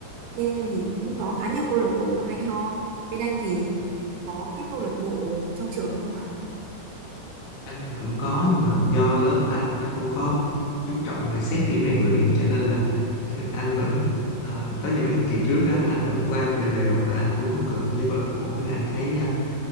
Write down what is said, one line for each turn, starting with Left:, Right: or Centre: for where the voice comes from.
Right: Bên em thì cũng có khá nhiều câu lạc bộ hay ho. Bên anh thì có các câu lạc bộ trong trường không ạ?
Left: anh thì cũng có nhưng mà do lớp anh không có chú trọng về xét điểm rèn luyện cho nên là <laughs> anh vẫn à, đó giờ mấy học kỳ trước á anh vẫn qua đều đều mà anh cũng không cần tham gia câu lạc bộ với lại anh thấy à,